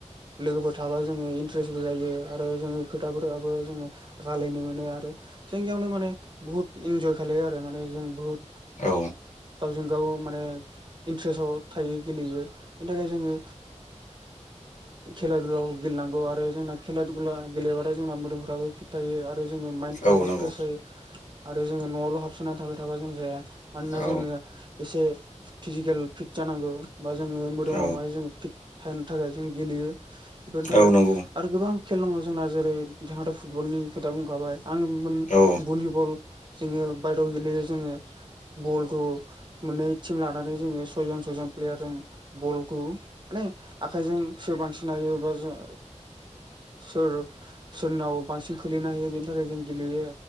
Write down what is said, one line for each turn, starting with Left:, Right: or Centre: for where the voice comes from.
Right: लोगोफोर थाबा जोङो इन्ट्रेस्टबो जायो आरो जोङो खोथाफोराबो जोङो रायलायनो मोनो आरो जोंनियावनो माने बुहुत इन्जय खालायो आरो माने जों बुहुद
Left: औ
Right: गावजों गाव माने इन्ट्रेस्टआव थायो गेलेयो बेनि थाखाय जोङो खेला दुलाखौ गेलेनांगौ आरो जोंना खेला दुला गेलेबाथाय जोंना मोदोमफ्राबो फिट थायो आरो ओमफ्राय जोङो माइन्दफ्राबो
Left: औ नंगौ
Right: फ्रेस जायो आरो जोङो न'आवल' हाबसोनानै थाबाय थाबा जों जाया मानोना
Left: औ
Right: जोंनो एसे फिजिकेल फिट जानांगौ बा जोङो मोदोमावहाय
Left: औ
Right: जोङो फिट थानो थाखाय जों गेलेयो बेफोरनि थाखाय
Left: औ नंगौ
Right: आरो गोबां खेल दङ जोंना जेरै बिथाङाथ' फुटबलनि खोथा बुंखाबाय आं
Left: औ
Right: भलिबल जोङो बायदि गेलेयो जोङो बलखौ मोननै टिम लानानै जोंङो सयजन सयजन प्लेयार जों बलखौ माने आखायजों सोर बांसिन हायो बा जों सोर सोरनाव बांसिन खोलैनो हायो बेनि थाखाय जों गेलेयो